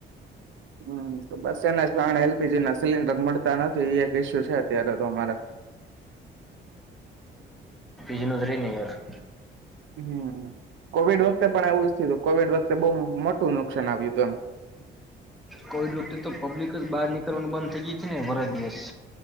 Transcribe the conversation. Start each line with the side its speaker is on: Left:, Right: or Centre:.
Right: હમ્મ તો બસ એના કારણે એલ પી જી ના સિલિન્ડર મળતા નથી એ એક ઈસ્યુ છે અત્યારે તો અમારા.
Centre: જીનુદ્રી યર.
Right: હમમ કોવિડ વખતે પણ આવું જ. તો કોવિડ વખતે બહુ મોટું નુકસાન આયવુ તું એમ.
Centre: કોવિડ વખતે તો પબ્લિક જ બહાર નીકળવાનું બંધ થઈ ગઈ તી ને બરા દિવસ.